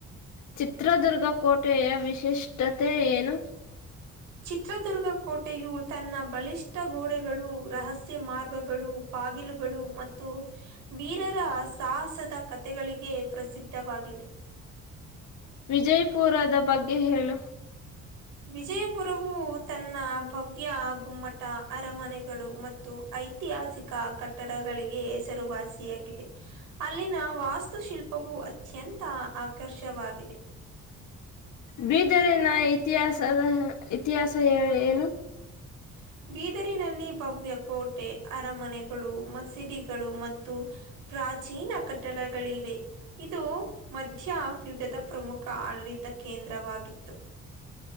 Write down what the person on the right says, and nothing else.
ಚಿತ್ರದುರ್ಗ ಕೋಟೆಯು ತನ್ನ ಬಲಿಷ್ಠ ಗೋಡೆಗಳು ರಹಸ್ಯ ಮಾರ್ಗಗಳು ಬಾಗಿಲುಗಳು ಮತ್ತು ವೀರರ ಸಾಹಸದ ಕತೆಗಳಿಗೆ ಪ್ರಸಿದ್ಧವ ಹ <inaudible>
ವಿಜಯಪುರವು ತನ್ನ ಭ ದವ್ಯ ಗುಮ್ಮಟ ಅರಮನೆಗಳು ಮತ್ತು ಐತಿಹಾಸಿಕ ಕಟ್ಟಡಗಳಿಗೆ ಹೆಸರು ವಾಸಿಯಾಗಿದೆ ಅಲ್ಲಿನ ವಾಸ್ತುಶಿಲ್ಪವು ಅತ್ಯಂತ ಆಕರ್ಷವಾಗಿದೆ <inaudible>
ಹ <inaudible> ಬೀದರಿನಲ್ಲಿ ಭವ್ಯ ಕೋಟೆ ಅರಮನೆಗಳು ಮಸೀದಿಗಳು ಮತ್ತು ಪ್ರಾಚೀನ ಕಟ್ಟಡಗಳಿವೆ ಇದು ಮಧ್ಯ ಯುಗದ ಪ್ರಮುಖ ಆಡಳಿತಕ್ಕೆ ಕೇಂದ್ರವಾಗಿತ್ತು <inaudible>